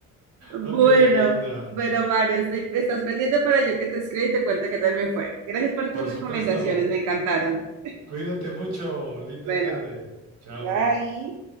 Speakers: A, on the right; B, on the right.
A: Bueno,
B: Ok, querida.
A: bueno, Mario, estoy, estás pendiente para yo que te escriba y te cuente qué tal me fue. Gracias por
B: Por
A: tus recomendaciones,
B: supuesto.
A: me encantaron.
B: Cuídate mucho. Linda
A: Bueno,
B: tarde. Chao.
A: bye.